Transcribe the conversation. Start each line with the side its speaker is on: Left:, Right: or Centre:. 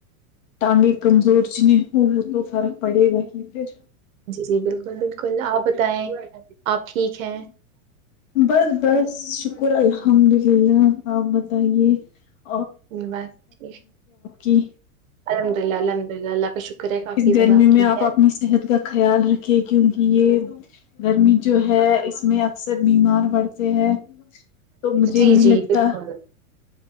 Left: انگے کمزور چ نہیں وہ تو فرق پڑے گا کہ پھر
Right: جی جی بالکل بالکل آپ بتائیں آپ ٹھیک ہے
Left: بس بس شکریہ شکر الحمد للہ آ بت یہ <unintelligible>
Right: بسیک
Left: کی
Right: الحمد للہ الحمد للہ اللہ کا شکر ہے کافی
Left: اس
Right: زیادہ
Left: گرمی میں
Right: ٹھیک
Left: آپ
Right: ہے
Left: اپنی صحت کا خیال رکھے کہ ان کی کہ یہ گرمی جو ہے اس میں اکثر بیمار پڑتے ہیں تو مجھے
Right: جی
Left: نہیں
Right: جی
Left: لگتا
Right: بالکل